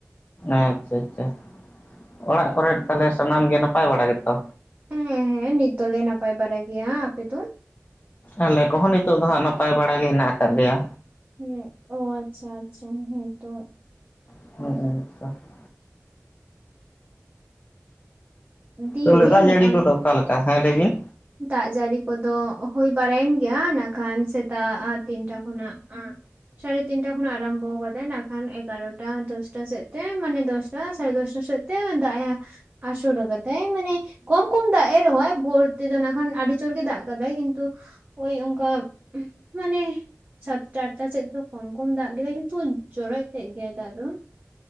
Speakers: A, on the left; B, on the right.
A: ᱟᱪᱪᱷᱟ ᱟᱪᱪᱷᱟ ᱚᱲᱟᱜ ᱠᱚᱨᱮ ᱛᱟᱦᱚᱞᱮ ᱥᱟᱱᱟᱢ ᱜᱮ ᱱᱟᱯᱟᱭ ᱵᱟᱲᱟ ᱜᱮᱛᱚ
B: ᱦᱮᱸ ᱦᱮᱸ ᱱᱤᱛ ᱫᱚᱞᱮ ᱱᱟᱯᱟᱭ ᱵᱟᱲᱟ ᱜᱮᱭᱟ ᱟᱯᱮ ᱫᱚ
A: ᱟᱞᱮ ᱠᱚᱦᱚᱸ ᱱᱤᱛᱚᱜ ᱫᱚ ᱦᱟᱸᱜ ᱱᱟᱯᱟᱭ ᱵᱟᱲᱟ ᱜᱮ ᱦᱮᱱᱟᱜ ᱟᱠᱟᱫ ᱞᱮᱭᱟ
B: ᱦᱮᱸ ᱚ ᱟᱪᱪᱷᱟ ᱟᱪᱪᱷᱟ ᱦᱮᱸᱛᱚ
A: <inaudible>
B: ᱫᱤᱭᱮ
A: ᱛᱚᱞᱮ ᱫᱟᱜ ᱡᱟᱹᱲᱤ
B: ᱱᱚᱜᱼᱚᱭ
A: ᱠᱚᱫᱚ ᱚᱠᱟ ᱞᱮᱠᱟ ᱦᱮᱸ ᱞᱟᱹᱭ ᱵᱤᱱ
B: ᱫᱟᱜ ᱡᱟᱹᱲᱤ ᱠᱚᱫᱚ ᱦᱩᱭ ᱵᱟᱲᱟᱭᱮᱱ ᱜᱮᱭᱟ ᱱᱟᱠᱷᱟᱱ ᱥᱮᱛᱟᱜ ᱛᱤᱱ ᱴᱟ ᱠᱷᱚᱱᱟᱜ ᱥᱟᱲᱮ ᱛᱤᱱᱴᱟ ᱠᱷᱚᱱᱟᱜ ᱟᱨᱟᱢᱵᱚ ᱠᱟᱫᱟᱭ ᱱᱟᱜ ᱠᱷᱟᱱ ᱮᱜᱟᱨᱚᱴᱟ ᱫᱚᱥᱴᱟ ᱥᱮᱫ ᱛᱮ ᱢᱟᱱᱮ ᱫᱚᱥᱴᱟ ᱥᱟᱲᱮ ᱫᱚᱥᱴᱟ ᱥᱮᱫ ᱫᱟᱜ ᱮ ᱟᱥᱚᱨ ᱟᱠᱟᱫᱟᱭ ᱢᱟᱱᱮ ᱠᱚᱢ ᱠᱚᱢ ᱫᱟᱜ ᱮ ᱨᱚᱦᱚᱭ ᱵᱷᱳᱨ ᱛᱮᱫᱚ ᱠᱷᱟᱱ ᱟᱹᱰᱤ ᱡᱳᱨ ᱜᱮ ᱫᱟᱜ ᱠᱟᱫᱟᱭ ᱠᱤᱱᱛᱩ ᱦᱳᱭ ᱚᱱᱠᱟ ᱢᱟᱱᱮ ᱥᱟᱛᱴᱟ ᱟᱴᱴᱟ ᱥᱮᱫ ᱫᱚ ᱠᱚᱢ ᱠᱚᱢ ᱫᱟᱜ ᱠᱮᱫᱟᱭ ᱠᱤᱱᱛᱩ ᱡᱚᱨᱚᱡ ᱛᱮᱜ ᱜᱮᱭᱟᱭ ᱫᱟᱜ ᱫᱚ